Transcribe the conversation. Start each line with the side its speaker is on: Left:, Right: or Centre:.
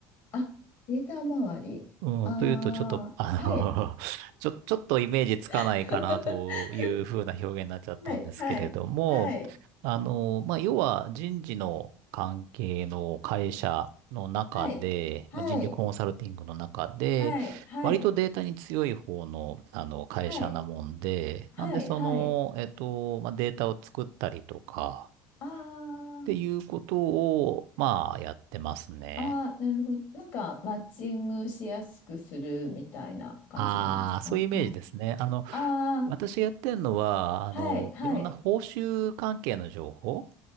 Left: あ、データ周り。
Right: うん、
Left: ああ、
Right: というと、ちょっと、あの、
Left: はい。
Right: <laughs> ちょ、ちょっとイメージつかないかなというふうな表現になっちゃったんですけれども、
Left: <laughs> はい、はい、はい、
Right: あの、まあ、要は人事の関係の会社の中で、
Left: はい、はい、
Right: まあ、人事コンサルティングの中で、
Left: はい、はい、
Right: 割とデータに強い方の、あの会社なもんで、
Left: はい、はい、
Right: なんでその、
Left: はい。
Right: えっと、まあ、データを作ったりとか、
Left: あ
Right: っていうことを、まあ、やってますね。
Left: あ、ああ、なるほど。なんか、マッチングしやすくするみたいな感じなんですかあ、
Right: ああ、そういうイメージですね。あの、
Left: あ
Right: 私がやってるのは、あの、
Left: あー、はい、はい。
Right: いろんな報酬関係の情報。